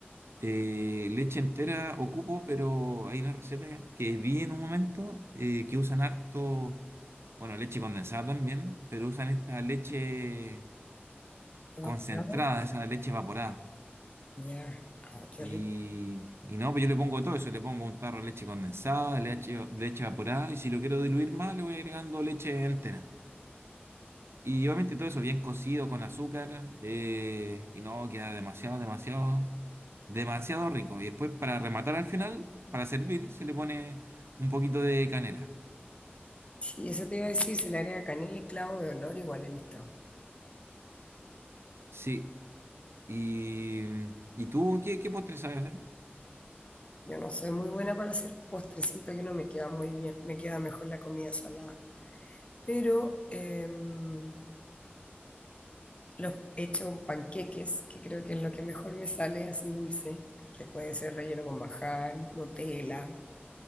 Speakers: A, on the right; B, on the left.
A: Eh, leche entera ocupo, pero hay una receta que vi en un momento eh, que usan harto, bueno, leche condensada también, pero usan esta leche
B: ¿Evaporado?
A: concentrada, esa leche evaporada.
B: Ya, ay, qué
A: Y,
B: rico.
A: y no, pues yo le pongo todo eso, le pongo un tarro de leche condensada, leche, leche evaporada, y si lo quiero diluir más, le voy agregando leche entera. Y obviamente todo eso bien cocido con azúcar, eh, y no, queda demasiado, demasiado, demasiado rico. Y después para rematar al final, para servir, se le pone un poquito de canela.
B: Sí, eso te iba a decir, se le agrega canela y clavo de olor, igual he visto.
A: Sí, y, ¿y tú qué, qué postre sabes hacer?
B: Yo no soy muy buena para hacer postres, siento que no me queda muy bien, me queda mejor la comida salada. Pero em, los hecho con panqueques, que creo que es lo que mejor me sale así dulce, que puede ser relleno con majar, Nutella,